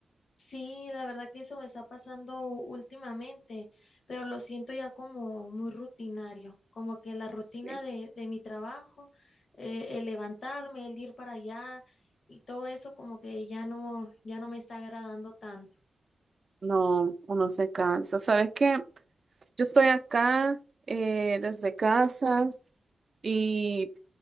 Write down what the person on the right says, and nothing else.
Sí.
No, uno se cansa. ¿Sabes qué? Yo estoy acá eh, desde casa y